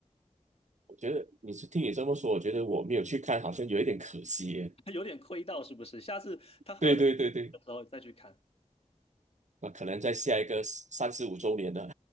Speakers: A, on the right; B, on the left.
A: 我觉得你是听你这么说，我觉得我没有去看，好像有一点可惜耶。
B: <laughs> 有点亏到是不是？下次它还有在的时候再去看。
A: 对对对对，那可能在下一个三十五周年的，